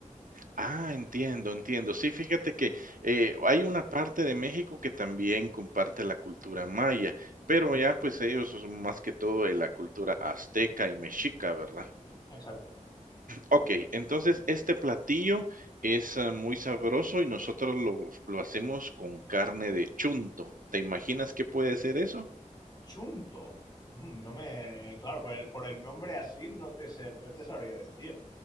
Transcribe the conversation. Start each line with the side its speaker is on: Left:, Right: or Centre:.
Right: Ah, entiendo, entiendo. Sí, fíjate que eh, hay una parte de México que también comparte la cultura maya, pero
Left: Ujú,
Right: ya pues ellos son más que todo de la cultura azteca y mexica, ¿verdad?
Left: Exacto.
Right: Ok, entonces este platillo es ah, muy sabroso y nosotros lo, lo hacemos con carne de chunto. ¿Te imaginas qué puede ser eso?
Left: Chunto. Mm, no me. Claro, por el, por el nombre así no te, sé- no te sabría decir.